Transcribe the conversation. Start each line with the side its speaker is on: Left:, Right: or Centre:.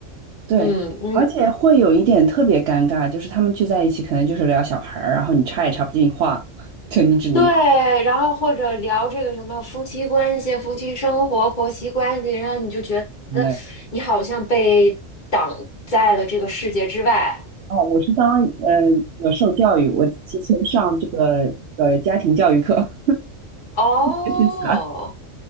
Right: 对，
Left: 嗯，
Right: 而且会有一点特别尴尬，就是他们聚在一起，可能就是聊小孩儿，然后你插也插不进话，<laughs> 就你只能。
Left: 对，然后或者聊这个什么夫妻关系、夫妻生活、婆媳关系，然后你就觉得你好像被挡在了这个世界之外。
Right: 现在哦，我是当呃，我受教育，我提前上这个呃家庭教育课，<laughs>
Left: 哦，
Right: 学习起来。